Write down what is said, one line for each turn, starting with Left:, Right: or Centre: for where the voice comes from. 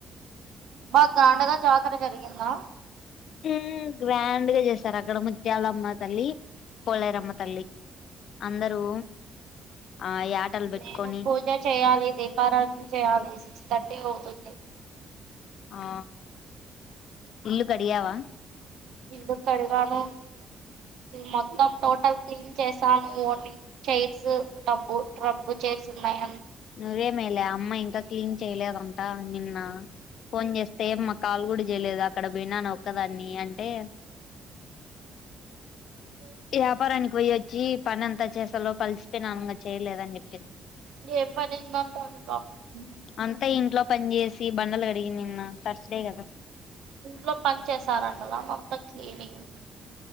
Right: బాగా గ్రాండ్గా జాతర జరిగిందా
Left: హ్మ్మ్ గ్రాండ్గా చేసారు అక్కడ ముత్యాలమ్మ తల్లి పోలేేరమ్మ తల్లి అందరూ ఆ యాటలు పెట్టుకొని
Right: నేను పూజ చేయ్యాలి దీపారాధన చేయాలి థర్టీ పోతుంది
Left: ఆ ఇల్లు కడియావా
Right: ఇళ్ళు కడిగాను మొత్తం టోటల్ క్లీన్ చేసాను ఓన్లీ చైర్స్ ట్రబ్బు ట్రబ్బు చైర్స్ ఉన్నాయ
Left: నువ్వే మేలే అమ్మ ఇంకా క్లీన్ చేయలేదంటా నిన్న ఫోన్ చేస్తే ఏమా కాల్ కూడా చేయలేదు అక్కడ పోయినాను ఒక్కదాన్ని అంటే ఏపారానికి పోయి జ పని ఎంతా చేసాలోపలిసిపోయినా అనుగా చేయలేదని చెప్పింది
Right: ఏం పని ఉందంట ఇంకా
Left: అంతా ఇంట్లో పని చేేసి బండలు కడిగి నిన్న తర్స్డే కదా
Right: ఇంట్లో పని చేసారంటగా మొత్తం క్లీనింగ్